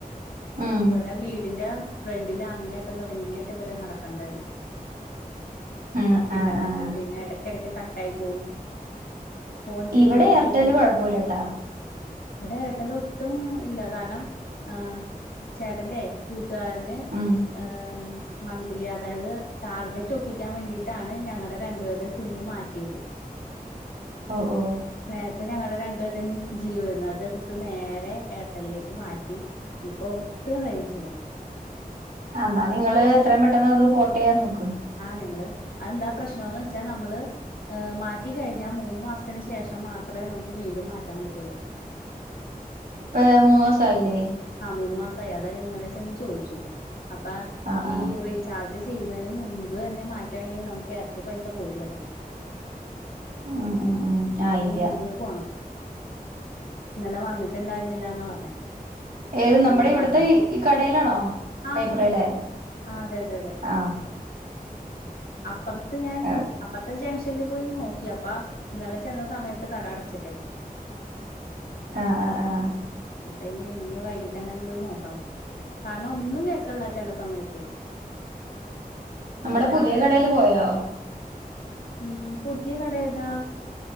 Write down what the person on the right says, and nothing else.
ഉം
ആഹ്
ആഹ് ആഹ്
ഇവിടെ എയർടെല് കൊഴപ്പൂല്ലട്ടാ
ഉം
ഒ ഓ
അന്നാ നിങ്ങള് എത്രയും പെട്ടെന്ന് അത് പോർട്ടെയ്യാൻ നോക്ക്
ഇപ്പ് മൂന്നു മാസായില്ലേ?
ആഹ് ആഹ്
ഉം ഉം ഉം
ആഹ്
ഇല്ല
ഏത് നമ്മുടെ
ഇവിടുത്തെ
ഈ കടയിലാണോ
ലൈബ്രറിയിലെ
ആ
ഓക്കെ
ആ ആ ആ
നമ്മുടെ
പുതിയ കടയില് പോയോ?